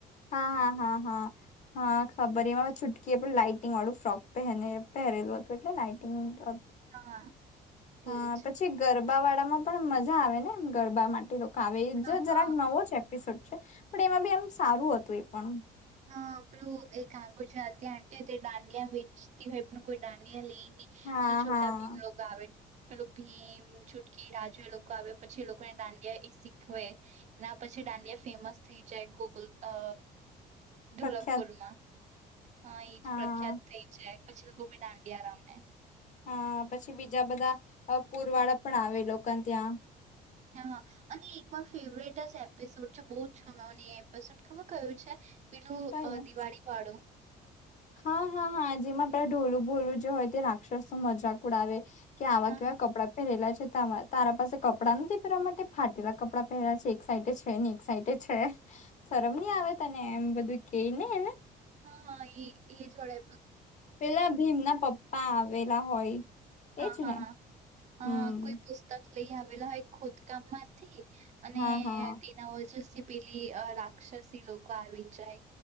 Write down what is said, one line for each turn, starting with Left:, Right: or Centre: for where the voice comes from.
Left: હા હા હા હા હા ખબર એમાં છૂટકી એ પણ લાાઈટિંગ વાળું ફ્રોક પહેને પહેરેલું પહેરેલું હતુ કેમ નાઇટી નુ ટ
Right: હા હા
Left: હા
Right: તેજ
Left: પછી ગરબા વાળા માં પણ મજા આવે ને એમ ગરબા માટે લોકો આવે
Right: હા
Left: જરાક
Right: હા
Left: નવો જ એપિસોડ છે પણ એમાં બી એમ સારું હતું એ પણ
Right: હ આપું એક ગુજરાતી આંટી તે ડાંડિયા વેચતી હોયે પણ કોઈ ડાંડિયા લઈ
Left: હા
Right: તો છોટા
Left: હા
Right: ભીમ લોકો આવે પેલું ભીમ છૂટકી રાજુ એ લોકો આવ પછી એ લોકોને દાંડિયા એ શીખવે એના પછી દાંડિયા ફેમસ થઈ જાય ગોકુલ અ ઢોલકપુરમાં
Left: પ્રખ્યાત
Right: હા એજ
Left: હા
Right: પ્રખ્યાત થઈ છે પછી લોકો બી દાંડિયા રમે
Left: હા પછી બીજા બધા અ પુરવાળા પણ આવે લોકોને ત્યાં
Right: હા અને એક માર ફેવરેટ જ એપિસોડ છે બહુ જ છુંનો ની મેને એ એપિસોડ ખબર કયું છે પેલું
Left: કયું
Right: અ દિવાળી વાળું
Left: હા હા હા જેમાં પેલા ઢોલું બોલું જે હોય તે રાક્ષસો મજાક ઉડાવે કે આવા
Right: હા
Left: કેવા
Right: હા
Left: કપડાં પહેરેલા છે તારા પાસે કપડાં નથી પહેરવા માટે ફાટેલા કપડાં પહેર્યા છે એક સાઇડ છે ને એક સાઇડ છે શરમ નહી આવે તને એમ બધું કેઈ ને એને
Right: હા હા એ એ જોડે
Left: પેલા ભીમના પપ્પા આવેલા હોય
Right: હા
Left: એજ
Right: હા
Left: ને હમ
Right: અ કોઈ પુસ્તક લઈ આવેલા હોય ખોદકામ માંથી અને
Left: હા હા
Right: તેના વજનથી પેલી રાક્ષસી લોકો આવી જાય